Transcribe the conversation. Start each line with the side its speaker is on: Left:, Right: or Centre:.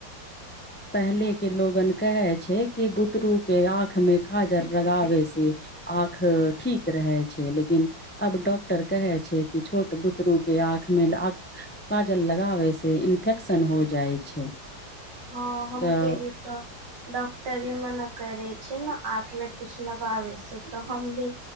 Left: पहले के लोगन कहे छै क बुतरू के आँख में काजल लगाबै से आ ठीक रहै छै लेकिन आब कहै छै कि छोट बुतरू के आँख मे ल काजल लगाबैसँ इन्फेक्शन हो जाइ छै
Right: हँ हम
Left: तऽ
Right: के भी तऽ ' डॉक्टरे मने करे छी ने आँख मे कुछ लगाबै छ तऽ हम भी